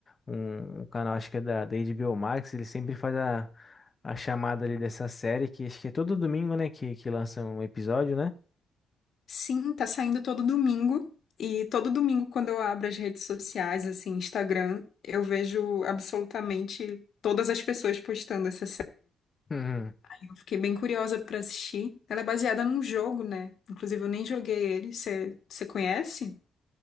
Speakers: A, on the left; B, on the left.
A: um um canal, acho que é da, da HBO Max, ele sempre faz a, a chamada ali dessa série, que acho que é todo domingo, né? Que, que lança um episódio, né?
B: sim, tá saindo todo domingo. E todo domingo, quando eu abro as redes sociais, assim, Instagram, eu vejo absolutamente todas as pessoas postando essa
A: <laughs>
B: Eu fiquei bem curiosa pra assistir. Ela é baseada num jogo, né? Inclusive, eu nem joguei ele. Você conhece?